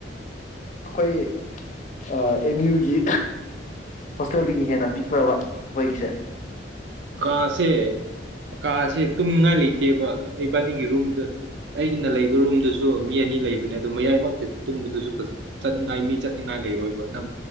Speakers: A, on the left; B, on the right.
A: ꯑꯈꯣꯏ ꯑ ꯑꯦꯝ ꯌꯨꯒꯤ ꯍꯣꯁꯇꯦꯜꯗꯒꯤ ꯍꯦꯟꯅ ꯄꯤꯛꯄ꯭ꯔꯕ ꯍꯣꯏꯒꯤꯁꯦ
B: ꯀꯥꯁꯦ ꯀꯥꯁꯦ ꯇꯨꯝꯅꯤꯡꯉꯥꯏ ꯂꯩꯇꯦꯕ ꯏꯕꯥꯅꯤꯒꯤ ꯔꯨꯝꯗ ꯑꯩꯒꯤꯅ ꯂꯩꯕ ꯔꯨꯝꯗꯨꯁꯨ ꯃꯤ ꯑꯅꯤ ꯂꯩꯕꯅꯦ ꯑꯗꯣ ꯃꯌꯥꯏꯃꯛꯇ ꯇꯨꯝꯕꯗꯨꯁꯨ ꯆꯠꯅꯤꯡꯉꯥꯏ ꯃꯤ ꯆꯠꯅꯤꯡꯉꯥꯏ ꯂꯩꯔꯣꯏꯕ ꯅꯪ